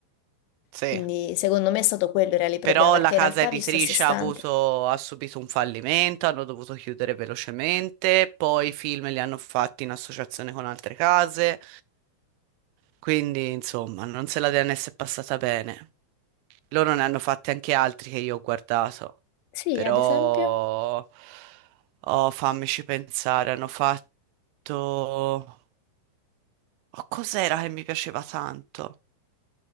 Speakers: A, on the right (about 90°); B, on the left (about 85°).
A: sì.
B: Quindi secondo me è stato quello il reale problema,
A: Però
B: perché
A: la casa
B: in realtà
A: editrice
B: visto a sé stante.
A: ha avuto, ha subito un fallimento, hanno dovuto chiudere velocemente, poi i film li hanno fatti in associazione con altre case, quindi insomma non se la DNS è passata bene. Loro ne hanno fatti anche altri che io ho guardato,
B: Sì,
A: però...
B: ad esempio,
A: Oh, fammici pensare, hanno fatto... Oh, cos'era che mi piaceva tanto?